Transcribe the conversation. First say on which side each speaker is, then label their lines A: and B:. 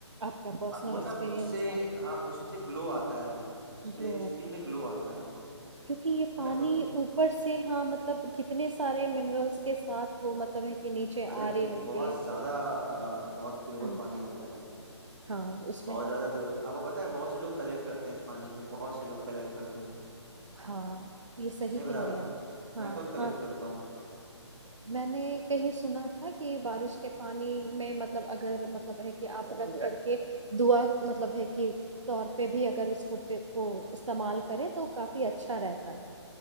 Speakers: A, on the right; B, on the right.
A: آپ کا پرسنل
B: مطلب
A: ایکسپیرئنس
B: اس سے
A: رہا
B: ہاں اس سب سے گلو آتا ہے اس
A: گلو
B: سے اسکن
A: آتا ہے
B: میں گلو آتا ہے
A: کیونکہ یہ
B: میں
A: پانی
B: نے خود دیکھا
A: اوپر سے ہاں مطلب کتنے سارے منرلس کے ساتھ وہ مطلب ہے کہ نیچے
B: ارے
A: آ رہی ہوتی
B: بہت
A: ہے
B: زیادہ بہت پیور
A: ہوں
B: پانی ہوتا ہے
A: ہاں اس میں
B: بہت زیادہ پیور آپ کو پت ہے بہت سے لو کلیکٹ کرتے ہیں اس پانی کو بہت سے لوگ کلیکٹ کرتے ہیں
A: ہاں یہ صحی
B: نہیں پتا
A: کہہ رہے
B: کو
A: ہیں آپ ہاں
B: میں خود کلیکٹ
A: ہاں
B: کرتا ہوں
A: میں نے کہیں سنا تھا کہ بارش کے پانی میں مطلب اگر مطلب ہے کہ آپ رکھ کر کے دعا مطلب ہے کہ طور پہ بھی اگر اس کو کو استعمال کرے تو کافی اچھا رہتا ہے